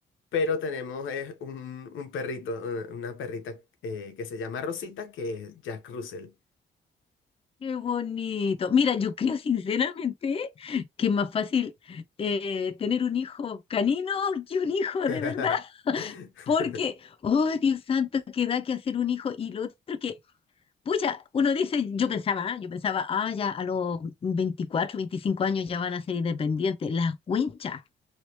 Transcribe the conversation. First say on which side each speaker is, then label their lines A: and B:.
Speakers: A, on the left; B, on the left.
A: pero tenemos eh, un, un perrito, una, una perrita eh, que se llama Rosita, que es Jack Russell.
B: Qué bonito. Mira, yo creo sinceramente que es más fácil eh, tener un hijo canino que un hijo
A: <laughs>
B: de verdad, porque, oh Dios santo, que da que hacer un hijo. Y lo otro que, pucha, uno dice, yo pensaba, ah, yo pensaba, ah, ya a los 24, 25 años ya van a ser independientes. Las winchas,